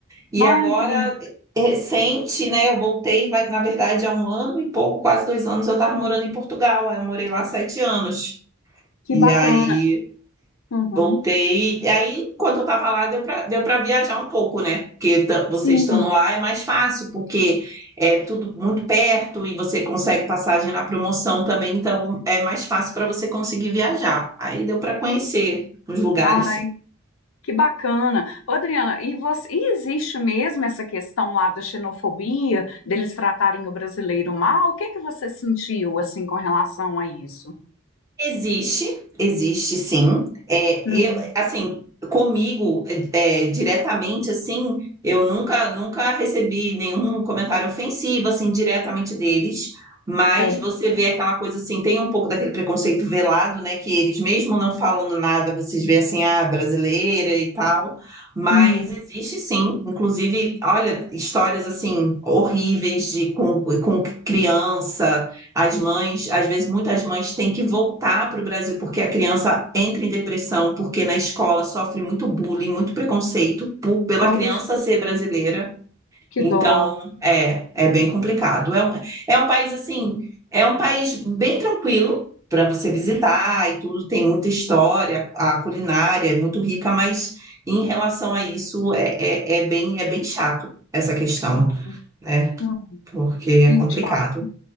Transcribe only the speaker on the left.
Ai,
que, delí-
que
bacana.
Uhum.
Sim.
Ah, Que bacana. Ô, Adriana, e, você, e existe mesmo essa questão lá da xenofobia, deles tratarem o brasileiro mal? O que que você sentiu, assim, com relação a isso?
Uhum,
é.
Uhum.
Poxa,
que
dó.
Não,
não,
que
chato.